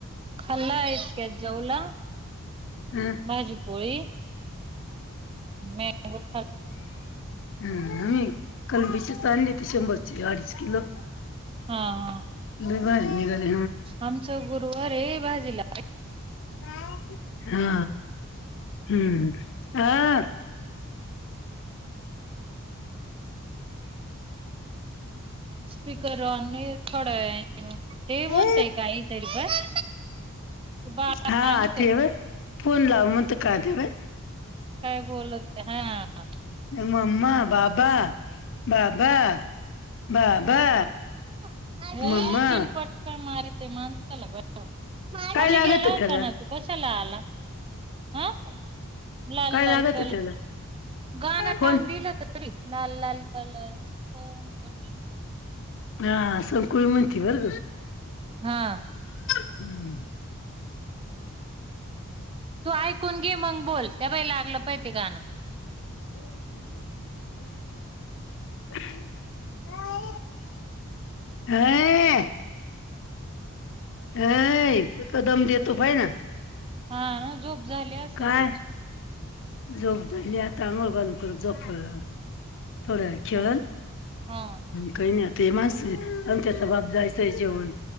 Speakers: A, on the right; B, on the left.
A: खाल्ला इतक्यात जेवला
B: हं
A: भाजीपोळी. मँगो खाल्.
B: हम् कलबीचीच आणली होती शंभरची अडीच किलो.
A: हा हा.
B: लय भारी निघाले
A: आमचा गुरुवार हाय भाजीला
B: हा हा. हम्म आ. <inaudible> <inaudible>
A: स्पीकर ऑन आहे थोड्या वेळाने ते म्हणताय
B: हू.
A: काहीतरी बस बाळ काय
B: हा
A: म्हणतय
B: ते व्हय फोन लाव म्हणतं का दे.
A: काय बोल ते हा.
B: मम्मा बाबा बाबा बाबा.
A: हो.
B: मम्मा
A: चिनपट का मारित माणसाला ब
B: काय
A: खाली
B: लागत
A: गेला होता
B: त्याला
A: ना तू, कशाला आला? हा लाल
B: काय
A: लाल
B: लागत
A: कल.
B: त्याला
A: गाणं
B: फोन
A: लाावून दिलं तरी, लाल लाल कलर ची बांगडी.
B: हा संकुळी म्हणती बर
A: हा.
B: हम्म.
A: तू ऐकून घे मग बोल ते बघ लागलं पाहि ते गाणं.
B: <unintelligible>
A: <inaudible>
B: हय. हय तो कदम देतो फय ना.
A: हा हा झोप झाली असल
B: काय
A: त्याची.
B: झोप झाली आता अंघोळ घालून परत झोपल. थोड्या वेळ खेळन
A: हा हा
B: काही नाही आता ते माणस आणि त्याचा बाप जायचंय जेवण